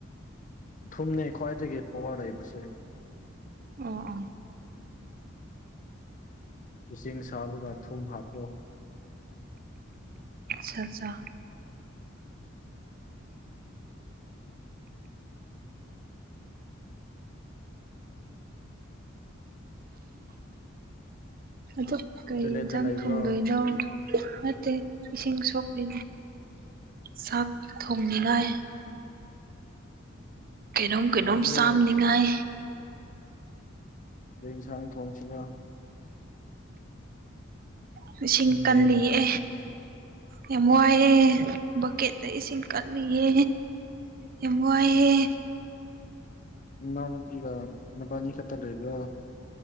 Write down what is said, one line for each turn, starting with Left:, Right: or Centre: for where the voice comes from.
Left: ꯊꯨꯝꯅꯦ ꯈ꯭ꯋꯥꯏꯗꯒꯤ ꯄꯋꯥꯔ ꯂꯩꯕꯁꯦ
Right: ꯑꯣ ꯑꯣ
Left: ꯏꯁꯤꯡ ꯁꯥꯕꯒ ꯊꯨꯝ ꯍꯥꯞꯄꯣ
Right: ꯑꯆꯥ ꯆꯥ
Left: <inaudible>
Right: ꯑꯗ‌ꯣ ꯀꯩ
Left: ꯇꯣꯏꯂꯦꯠꯇ
Right: ꯌꯦꯟꯁꯥꯡ
Left: ꯂꯩꯕ꯭ꯔꯣ
Right: ꯊꯨꯡꯗꯣꯏꯅꯣ ꯅꯠꯇꯦ ꯏꯁꯤꯡ ꯁꯣꯛꯂꯤ ꯆꯥꯛ ꯊꯣꯡꯅꯤꯉꯥꯏ ꯀꯩꯅꯣꯝ ꯀꯩꯅꯣꯝ
Left: ꯈꯪꯗꯦ
Right: ꯆꯥꯝꯅꯤꯡꯉꯥꯏ
Left: ꯀꯩ ꯌꯦꯟꯁꯥꯡ ꯊꯣꯡꯁꯤꯔꯥ
Right: ꯎꯝ <unintelligible> <unintelligible> ꯏꯁꯤꯡ
Left: ꯈꯪꯗ꯭ꯔꯦꯅꯦ
Right: ꯀꯜꯂꯤꯌꯦ
Left: ꯑꯥ
Right: ꯌꯥꯝ ꯋꯥꯏꯌ‌ꯦ ꯕꯛꯀꯦꯠ ꯗ ꯏꯁꯤꯡ ꯀꯠꯂꯤꯌꯦ ꯌꯥꯝ ꯋꯥꯏꯌ‌ꯦ
Left: ꯅꯅꯥꯎ ꯅꯨꯄꯤꯒ ꯅꯕꯥꯟꯅꯤ ꯈꯛꯇ ꯂꯩꯕ꯭ꯔꯣ